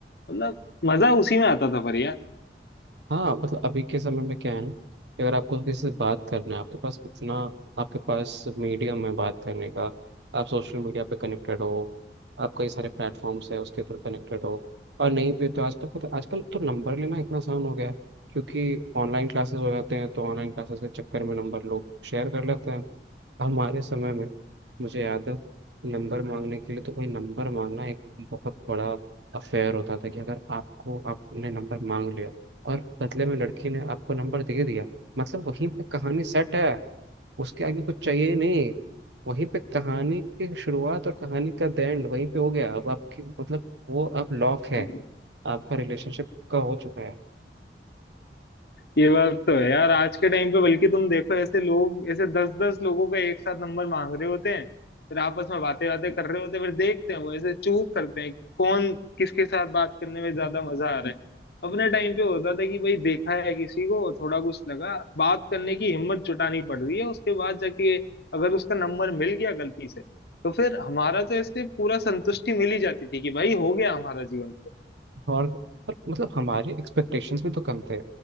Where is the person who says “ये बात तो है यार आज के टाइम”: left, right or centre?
Left